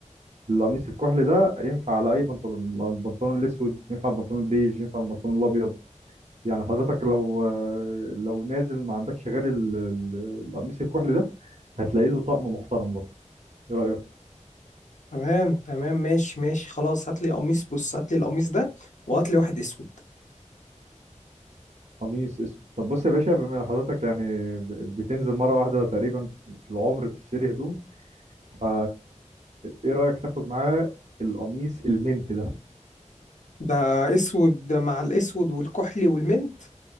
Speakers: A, on the right (about 65°); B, on the left (about 70°).
A: القميص الكحلي ده ينفع على اي بنطلون البنطلون الاسود ينفع البنطلون البيج ينفع البنطلون الابيض يعني حضرتك لو لو نازل ما عندكش غير ال- ال- القميص الكحلي ده هتلاقي له طقم محترم برضه ايه رأيك
B: تمام تمام ماشي ماشي خلاص هات لي قميص بص هات لي القميص ده وهات لي واحد اسود
A: قميص اسود طب بص يا باشا بما ان حضرتك يعني ب- بتنزل مرة واحدة تقريبا في العمر تشتري هدوم فا ايه رأيك تاخد معاه القميص المنت ده
B: ده اسود مع الاسود والكحلي والمنت